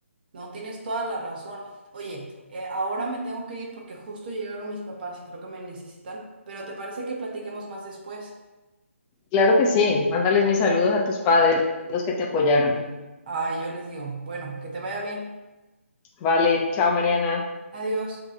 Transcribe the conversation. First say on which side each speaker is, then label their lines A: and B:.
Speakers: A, on the right; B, on the left.
A: No, tienes toda la razón. Oye, eh, ahora me tengo que ir porque justo llegaron mis papás y creo que me necesitan, pero ¿te parece que platiquemos más después?
B: Claro que sí, mándales mis saludos a tus padres, los que te apoyaron.
A: Ah, yo les digo, bueno, que te vaya bien.
B: Vale, chao Mariana.
A: Adiós.